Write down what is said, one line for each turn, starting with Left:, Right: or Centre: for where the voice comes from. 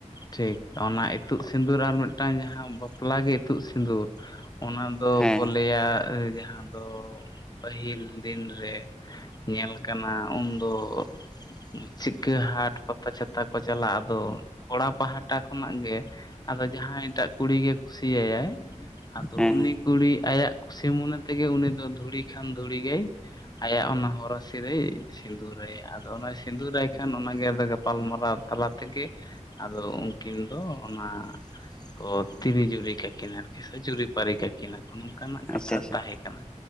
Left: ᱴᱷᱤᱠ ᱚᱱᱟ ᱤᱛᱩᱜ ᱥᱤᱸᱫᱩᱨ ᱟᱨ ᱢᱤᱫᱴᱟᱝ ᱡᱟᱦᱟᱸ ᱵᱟᱯᱞᱟ ᱜᱮ ᱤᱛᱩᱜ ᱥᱤᱸᱫᱩᱨ ᱚᱱᱟ ᱫᱚ
Centre: ᱦᱮᱸ
Left: ᱠᱚ ᱞᱟᱹᱭᱟ ᱡᱟᱦᱟᱸ ᱫᱚ ᱯᱟᱹᱦᱤᱞ ᱫᱤᱱ ᱨᱮ ᱧᱮᱞ ᱠᱟᱱᱟ ᱩᱱᱫᱚ ᱪᱤᱠᱟᱹ ᱦᱟᱴ ᱯᱟᱛᱟ ᱪᱷᱟᱛᱟ ᱠᱚ ᱪᱟᱞᱟᱜ ᱟᱫᱚ ᱠᱚᱲᱟ ᱯᱟᱦᱴᱟ ᱠᱷᱚᱱᱟᱜ ᱜᱮ ᱟᱫᱚ ᱡᱟᱦᱟᱸᱭ ᱮᱴᱟᱜ ᱠᱩᱲᱤᱜᱮ ᱠᱩᱥᱤᱭᱟᱭᱟᱭ ᱟᱫᱚ
Centre: ᱦᱮᱸ
Left: ᱩᱱᱤ
Centre: ᱦᱮᱸ
Left: ᱠᱩᱲᱤ ᱟᱭᱟᱜ ᱠᱩᱥᱤ ᱢᱚᱱᱮ ᱛᱮᱜᱮ ᱩᱱᱤ ᱫᱚ ᱫᱷᱩᱲᱤ ᱠᱷᱟᱱ ᱫᱷᱩᱲᱤ ᱜᱮᱭ ᱟᱭᱟᱜ ᱚᱱᱟ ᱦᱚᱨᱟᱼᱼ ᱼᱼᱥᱤ ᱨᱮᱭ ᱥᱤᱸᱫᱩᱨᱟᱭᱟ ᱟᱫᱚ ᱚᱱᱟ ᱥᱤᱸᱫᱩᱨᱟᱭ ᱠᱷᱟᱱ ᱚᱱᱟᱜᱮ ᱟᱫᱚ ᱜᱟᱯᱟᱞᱢᱟᱨᱟᱣ ᱛᱟᱞᱟ ᱛᱮᱜᱮ ᱟᱫᱚ ᱩᱱᱠᱤᱱ ᱫᱚ ᱚᱱᱟ ᱠᱚ ᱛᱤᱨᱤ ᱡᱩᱨᱤ ᱠᱟᱠᱤᱱ ᱟᱨᱠᱤ ᱥᱮ ᱡᱩᱨᱤᱯᱟᱹᱨᱤ ᱠᱟᱠᱤᱱᱟ ᱱᱚᱜᱼᱱᱚᱝᱠᱟᱱᱟᱜ ᱠᱟᱛᱷᱟ
Centre: ᱟᱪᱪᱷᱟ ᱟᱪᱪᱷᱟ
Left: ᱛᱟᱦᱮᱸ ᱠᱟᱱᱟ